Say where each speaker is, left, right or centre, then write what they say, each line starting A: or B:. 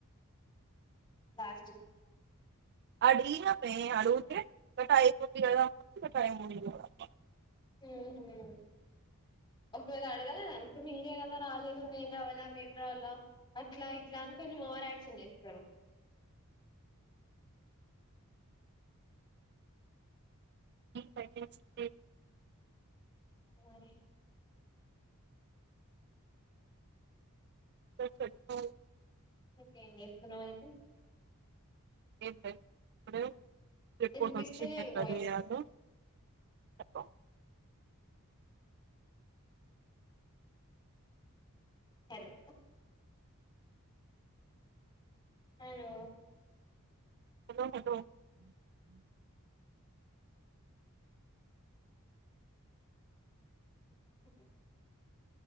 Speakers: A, on the left; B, on the right.
A: లాస్ట్ కి
B: అడిగినామమే అడుగుతే ఇంకా టైం ఉంది కదా ఇంకా టైమ్ ఉంది కదా అబ్బా
A: ఉహు ఒకవేళ అడగ లేదు అనుకో మీరే కదా రాలేదు మేం రావాలా మేం రావాలా అట్లా ఇట్లా అని కొంచెం ఓవర్ యాక్షన్ చేస్తారు.
B: <unintelligible>
A: మరి
B: <unintelligible>
A: ఇంకేం చేస్తున్నావ్ అయితే
B: ఏమి లేదు ఇప్పుడు ఇప్పుడు
A: వినిపిస్తలేదు
B: నుంచి నేను
A: వాయిస్
B: రెడీ చేయ్యాలో hello
A: hello hello
B: hello hello
A: హుస్ థాట్